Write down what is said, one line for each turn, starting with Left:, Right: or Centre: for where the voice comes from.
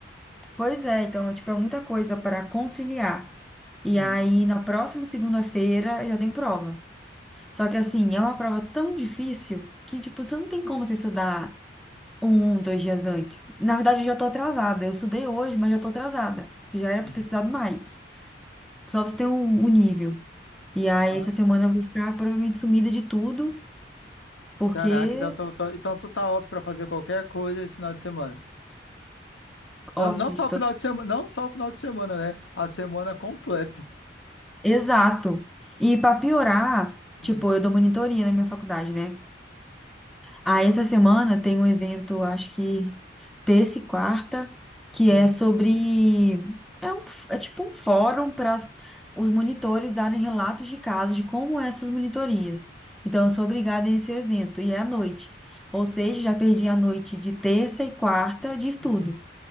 Centre: pois é, então, tipo, é muita coisa para conciliar. E
Left: Uhum,
Centre: aí, na próxima segunda-feira, eu já tenho prova. Só que assim, é uma prova tão difícil que, tipo, você não tem como você estudar um, dois dias antes. Na verdade, eu já tô atrasada. Eu estudei hoje, mas já tô atrasada. que Já era
Left: uhum.
Centre: pra ter estudado mais. Só pra você ter um, um nível. E aí,
Left: Ah,
Centre: essa semana eu vou ficar provavelmente sumida de tudo, porque
Left: caraca, então, tu- tu- então tu tá off pra fazer qualquer coisa esse final de semana. Não,
Centre: off.
Left: não só o
Centre: tô-
Left: final de semana, não só o final de semana, né? A semana completa.
Centre: Exato. E pra piorar, tipo,
Left: Uhum,
Centre: eu dou monitoria na minha faculdade, né? Ah, essa semana tem um evento, acho que terça e quarta, que
Left: uhum,
Centre: é sobre. É, um, f- é tipo um fórum para os monitores darem relatos de casos de como é essas monitorias. Então, eu sou obrigada nesse evento, e é à noite. Ou seja, já perdi a noite de terça e quarta de estudo,
Left: uhum.